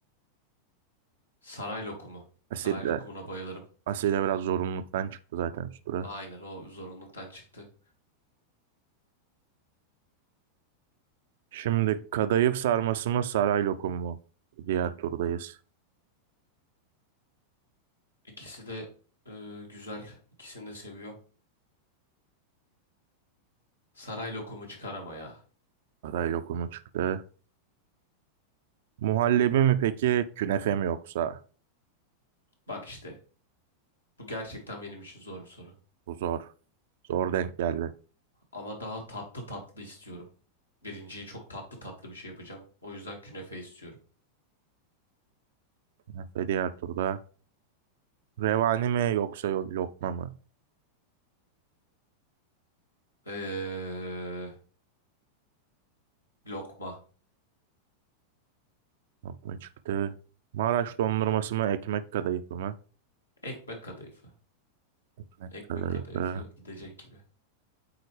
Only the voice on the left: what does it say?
Saray lokumu.
Saray lokumuna bayılırım.
Aynen o zorunluluktan çıktı.
İkisi de e, güzel. İkisini de seviyorum. Saray lokumu çıkar ama ya.
Bak işte bu gerçekten benim için zor bir soru.
Ama daha tatlı tatlı istiyorum. Birinciyi çok tatlı tatlı bir şey yapacağım. O yüzden künefe istiyorum.
Ee, lokma.
Ekmek kadayıfı.
Ekmek
kadayıfı gidecek gibi.